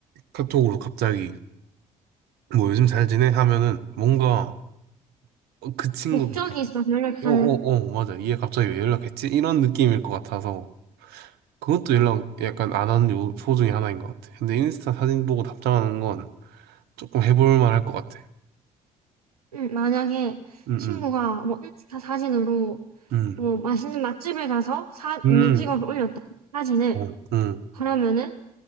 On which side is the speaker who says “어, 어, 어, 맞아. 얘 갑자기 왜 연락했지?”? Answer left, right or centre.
Right